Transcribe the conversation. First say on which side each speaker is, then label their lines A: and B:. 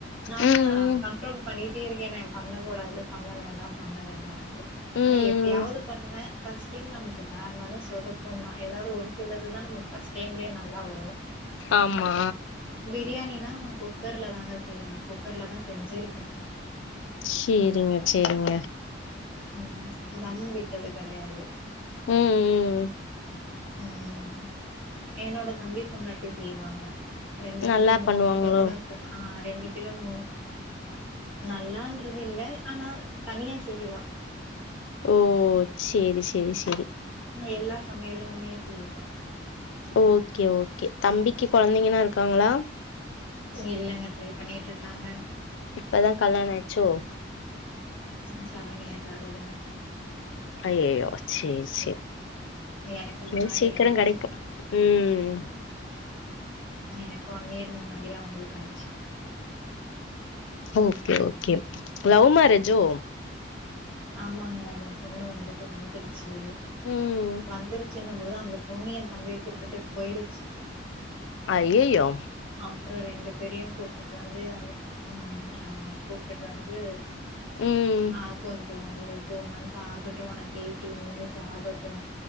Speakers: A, in the centre; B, on the left.
A: நான்
B: ம்
A: தான்
B: ம்
A: கண்ட்ரோல் பண்ணிட்டு கே இருக்கேன் நான் பண்ணக்கூடாது பண்ண வேண்டாம் பண்ண வேண்டாம்
B: ம்
A: ஆனா எப்பயாவது
B: ம்
A: பண்ணுவேன் பர்ஸ்ட் டைம் நமக்கு எதா இருந்தாலும் சொதப்ப தான் ஏதாவது ஒரு சிலது தான் நமக்கு ப்ரஸ்ட் டைம்லே நல்லா வரும்
B: ஆமா
A: பிரியாணினா ஆ குக்கரில் தாங்க செய்வவேன் கு க்கர்லதா செஞ்சிருக்கே
B: சேரிங்க சேரிங்க
A: ம் தம் விட்டது கெடையாது
B: ம் ம்
A: ம் என்னோட தம்பி பொண்ணாட்டி செய்வாங்க ரெண்டு
B: நல்லா
A: கிலோ மூணு
B: பண்ணுவாங்களோ
A: கிலோ கூட செ ஆ ரெண்டு கிலோ மூனு நல்லான்றது இல்ல ஆனா தனியா செய்யுவா
B: ஓ சேரி சேரி சேரி
A: எல்லா சமையலுமே செய்யவா
B: ஓகே ஓகே தம்பிக்கு கொழந்தைங்கன்னா இருக்காங்களா
A: இல்லங்க ட்ரை பண்ணிட்டு இருக்காங்க
B: இப்பதா கல்யாணாச்சோ
A: ம் செவன்இயர்ஸ் ஆகுதுங்க
B: அய்அய்யோ சே சே
A: எனக்கு
B: சே
A: முன்னாடி
B: சீக்கிரோ
A: ஆயிடுச்சு.
B: கெடைக்கு ம்
A: எனக்கு ஒன்ய்ர் முன்னாடியே அவுங்களுக்கு ஆச்சி
B: ஓகே ஓகே லவ் மரேஜோ
A: ஆமாங்க அந்த பொண்ணு வந்துட்டு வந்துருச்சி
B: ம்
A: வந்துருச்சின்னு போது அந்த பொண்ணு ஏ தம்பிய கூப்பிட்டு போயிடிச்சி
B: ஐய்ஐய்யோ
A: அப்புறோ ரெண்டு பேரையு கூப் கிட்ட வந்து அந்த ம் கூப்புட்டு வந்து
B: ம்
A: ஆ கொஞ்சோ ஒரு டூ மந்த் ஆகட்டு உனக்கு எயட்டீன் இயர்ஸ் ஆகட்டு